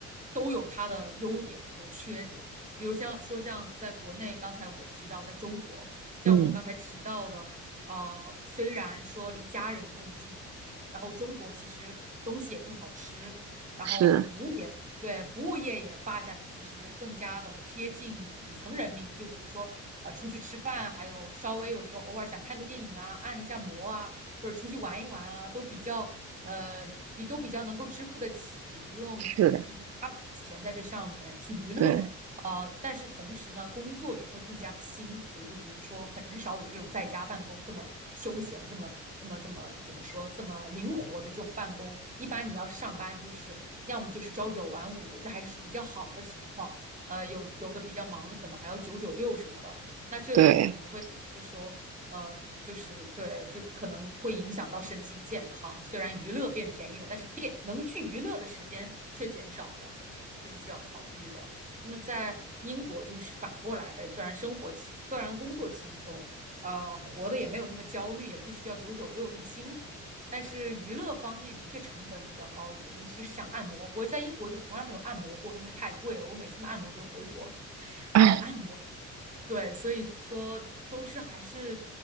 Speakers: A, on the right; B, on the right.
A: 都有它的优点和缺点。比如像说像在国内，刚才我提到在中国，像我刚才提到的，
B: 嗯，
A: 呃，虽然说离家人更近，然后中国其实东西也更好吃。然后服务也对，
B: 是，
A: 服务业也发展的其实更加的贴近底层人民，就比如说，呃，出去吃饭，还有稍微有时候偶尔想看个电影啊，按一下摩啊，或者出去玩一玩啊，都比较呃比都比较能够支付得起，不用就是花钱在这上面去娱乐。
B: 是的，对
A: 呃，但是同时呢，工作也会更加的辛苦。就比如说，很少有这种在家办公这么休闲、这么、这么、这么怎么说、这么灵活的这种办公。一般你要是上班，就是要么就是朝九晚五，这还是比较好的情况。呃，有有的比较忙的，可能还要九九六什么的。那这就可能会导致说，
B: 对，
A: 呃，就是对，就可能会影响到身心健康。虽然娱乐变便宜了，但是变能去娱乐的时间却减少了，这是需要考虑的。那么在英国就是反过来呗，虽然生活轻，虽然工作轻松，呃，活得也没有那么焦虑，也不需要九九六这么辛苦，但是娱乐方面的确成本比较高一点，尤其是想按摩，我在英国就从来没有按摩过，因为太贵了，我每次按摩都是回国才能按摩。
B: <laughs>
A: 对，所以说都是还是